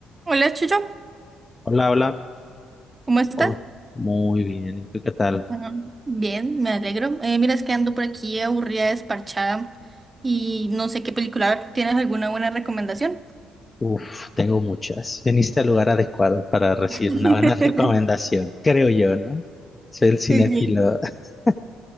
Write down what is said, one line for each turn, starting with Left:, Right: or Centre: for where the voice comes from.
Right: Hola, Chucho,
Left: Hola, hola.
Right: ¿cómo estás?
Left: Oh, muy bien, ¿y tú qué tal?
Right: Ah, bien, me alegro. Eh, mira, es que ando por aquí aburrida, desparchada y no sé qué película ver. ¿Tienes alguna buena recomendación?
Left: Uf, tengo muchas. Viniste al lugar adecuado para recibir
Right: <laughs>
Left: una buena <laughs> recomendación, creo yo, ¿no? Soy el cinéfilo.
Right: Ok.
Left: <laughs>